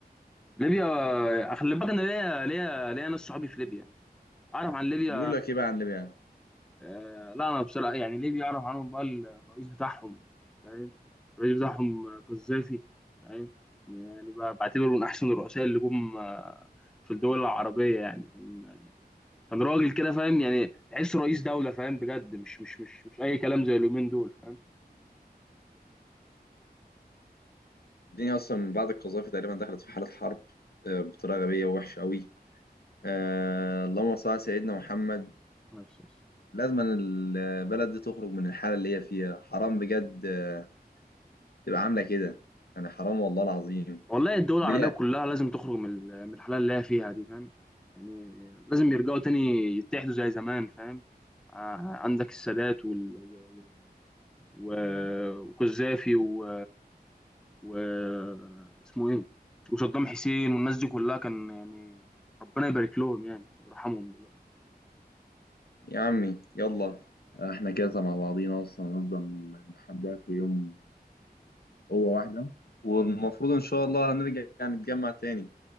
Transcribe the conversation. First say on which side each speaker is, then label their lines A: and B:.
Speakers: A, in the centre; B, on the left.
A: ليبيا آه، خلي بالك انا ليا ليا ليا ناس صحابي في ليبيا اعرف عن ليبيا
B: بيقول لك ايه بقى عن ليبيا
A: آه، لا انا بصراحه يعني ليبيا اعرف عنهم بقى الرئيس بتاعهم فاهم الرئيس بتاعهم آه، قذافي فاهم يعني ب- بعتبره من احسن الرؤساء اللي جم آه، في الدول العربيه يعني كان آه، كان راجل كده فاهم يعني تحسه رئيس دوله فاهم بجد مش مش مش مش اي كلام زي اليومين دول فاهم
B: الدنيا اصلا من بعد القذافي تقريبا دخلت في حاله حرب آه، بطريقه غبيه ووحشه قوي آه اللهم صل على سيدنا محمد
A: بس-
B: لازم البلد دي تخرج من الحاله اللي هي فيها حرام بجد آه، تبقى عامله كده يعني حرام والله العظيم
A: والله الدول
B: بلا
A: العربية كلها لازم تخرج من ال- من الحالة اللي هي فيها دي فاهم يعني لازم يرجعوا تاني يتحدوا زي زمان فاهم ع- عندك السادات وال... و... و... وقذافي و... و... اسمه ايه وصدام حسين والناس دي كلها كان يعني ربنا يبارك لهم يعني ويرحمهم دلوقتي
B: يا عمي يلا آه، احنا كده مع بعضينا اصلا هنفضل لحد اخر يوم هو واحدة والمفروض إن شاء الله هنرجع يعني نتجمع تاني